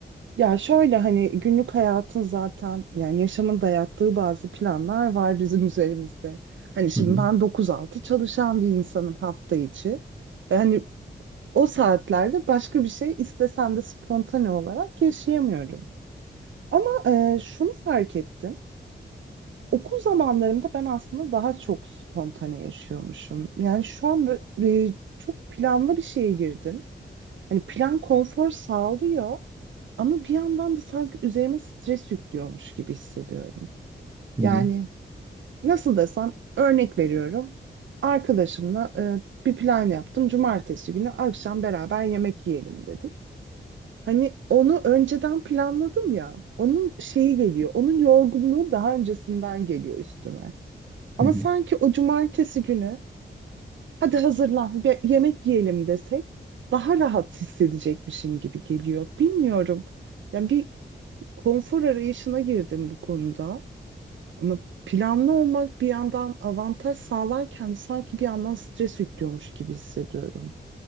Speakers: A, on the right; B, on the right.
A: Ya şöyle hani günlük hayatın zaten yani yaşamın dayattığı bazı planlar var bizim üzerimizde. Hani şimdi
B: Hı hı.
A: ben 9-6 çalışan bir insanım hafta içi. Ve hani o saatlerde başka bir şey istesem de spontane olarak yaşayamıyorum. Ama e, şunu fark ettim. Okul zamanlarımda ben aslında daha çok spontane yaşıyormuşum. Yani şu an böyle, e, çok planlı bir şeye girdim. Hani plan konfor sağlıyor ama bir yandan da sanki üzerime stres yüklüyormuş gibi hissediyorum.
B: Hı
A: Yani
B: hı.
A: nasıl desem örnek veriyorum. Arkadaşımla e, bir plan yaptım. Cumartesi günü akşam beraber yemek yiyelim dedik. Hani onu önceden planladım ya. Onun şeyi geliyor. Onun yorgunluğu daha öncesinden geliyor üstüme. Ama
B: Hı hı.
A: sanki o cumartesi günü hadi hazırlan bir yemek yiyelim desek daha rahat hissedecekmişim gibi geliyor. Bilmiyorum. Yani bir konfor arayışına girdim bu konuda. Ama planlı olmak bir yandan avantaj sağlarken sanki bir yandan stres yüklüyormuş gibi hissediyorum.